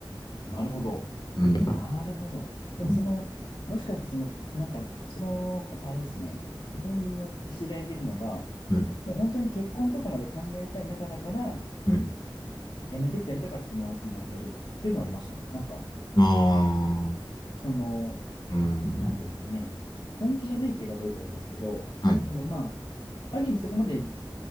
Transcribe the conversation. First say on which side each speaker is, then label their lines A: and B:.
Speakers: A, on the left; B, on the left.
A: あ、なるほど。
B: うん。
A: なるほど。でも、
B: うん。
A: その、もしかして、その、なんか、その、あれですね、自分の知り合いでいるのが、
B: はい。
A: もう本当に結婚とかまで考えたい中だから、
B: はい。
A: やめてってやれたから、その相手にやめるっていうのはありましたね。なんか、
B: あ
A: その、
B: あー。うん。
A: なんていうんですかね、本気じゃないって言い方はよくないですけど、
B: はい。
A: そのまあ、ある意味そこまで